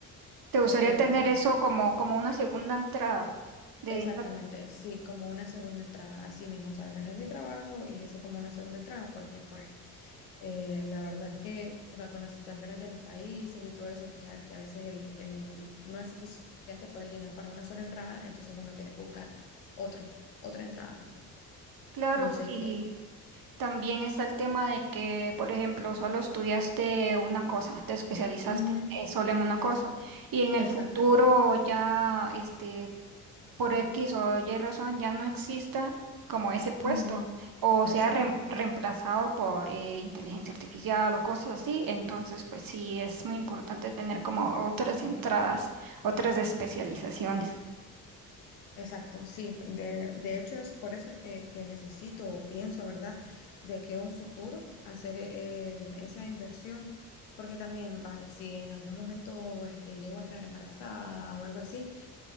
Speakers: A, on the right (about 45°); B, on the left (about 75°).
A: ¿Te gustaría
B: porque
A: tener
B: pues,
A: eso como, como una segunda entrada de
B: exactamente,
A: dinero?
B: sí, como una segunda entrada, así mismo, o sea, tener mi trabajo y eso como una segunda entrada, porque pues Eh, la verdad es que, o sea, con las situaciones de los países y todo eso, tú sabes que a veces el, el- no es suficiente pues el dinero para una sola entrada, entonces uno tiene que buscar otro, otra entrada.
A: Claro,
B: No sé
A: y
B: qué.
A: también está el tema de que, por ejemplo, solo estudiaste una cosa, te especializaste
B: Ujú,
A: eh, solo en una
B: Exacto,
A: cosa, y en
B: exacto.
A: el futuro ya, este, por X o Y razón, ya no exista como ese puesto,
B: ujú,
A: o
B: Exactamente.
A: sea, reem- reemplazado por eh, inteligencia artificial o cosas así, entonces, pues sí, es muy importante tener como otras entradas, otras especializaciones.
B: Exacto, sí. De, de hecho, es por eso es que, que necesito o pienso, ¿verdad? De que un futuro hacer eh, esa inversión. Porque también, vale, si en algún momento este, llego a quedar embarazada o algo así,